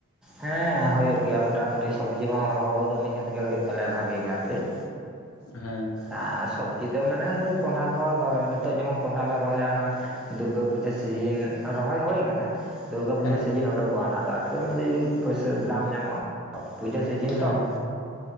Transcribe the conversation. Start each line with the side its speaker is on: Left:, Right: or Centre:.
Centre: ᱦᱮᱸ ᱦᱩᱭᱩᱜ ᱜᱮᱭᱟ ᱢᱚᱴᱟ ᱢᱩᱴᱤ ᱥᱚᱵᱽᱡᱤ ᱵᱟᱝ ᱨᱮᱦᱚᱸ ᱦᱳᱲᱳ ᱫᱚ ᱱᱤᱦᱟᱹᱛ ᱜᱮ ᱦᱩᱭᱩᱜ ᱛᱟᱞᱮᱭᱟ ᱵᱷᱟᱜᱤ ᱜᱮ ᱟᱨᱠᱤ ᱾
Left: ᱦᱮᱸ
Centre: ᱟᱨ ᱥᱚᱵᱽᱡᱤ ᱫᱚ ᱢᱟᱱᱮ ᱳᱭ ᱠᱚᱸᱰᱷᱟ ᱠᱚ ᱱᱤᱛᱚᱜ ᱡᱮᱢᱚᱱ ᱠᱚᱸᱰᱷᱟ ᱞᱮ ᱨᱚᱦᱭᱟ ᱾ ᱫᱩᱨᱜᱟᱹ ᱯᱩᱡᱟᱹ ᱥᱤᱡᱤᱱ ᱨᱚᱦᱚᱭ ᱦᱩᱭ ᱟᱠᱟᱱᱟ ᱾ ᱫᱩᱨᱜᱟ ᱯᱩᱡᱟᱹ
Left: ᱦᱮᱸ
Centre: ᱥᱤᱡᱤᱱ ᱩᱰᱩᱠᱚᱜᱼᱟ ᱚᱱᱟ ᱫᱚ ᱟᱨᱠᱤ ᱩᱱ ᱫᱚ ᱡᱩᱫᱤ ᱯᱚᱭᱥᱟ ᱫᱟᱢ ᱧᱟᱢᱚᱜᱼᱟ ᱾ ᱯᱩᱡᱟᱹ ᱥᱤᱡᱤᱱ
Left: ᱦᱮᱸ
Centre: ᱛᱚ ᱾